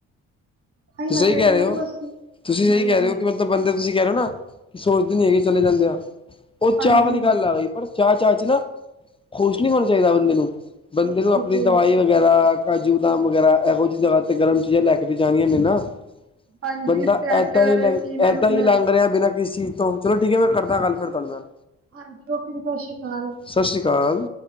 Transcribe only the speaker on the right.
ਤਾਂਹੀ ਮੈਂ
ਕਿਹਾ
ਸੀ
ਮੈਂ
ਕਿਹਾ ਬਸ
ਹਾਂਜੀ
ਹਾਂਜੀ
ਬਿਲਕੁਲ
ਹਾਂਜੀ
ਸਵੈਟਰ
ਇਨਰ
ਉਨਰ
ਹਾਂਜੀ, ਓਕੇ ਜੀ। ਸਤਿ ਸ਼੍ਰੀ ਅਕਾਲ।